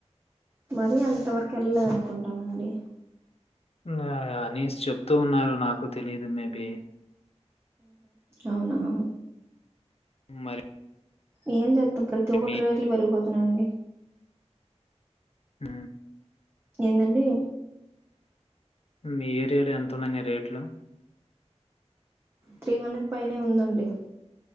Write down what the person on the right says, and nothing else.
మరీ అంత వరకు ఎళ్లలేదు అనుకుంటానండి
అవునావు
ఏం చెద్ద ప్రతి ఒకటి
రేట్లు పెరిగిపోతున్ అనండి
ఏందండి
త్రీ హండ్రెడ్ పైనే ఉందండి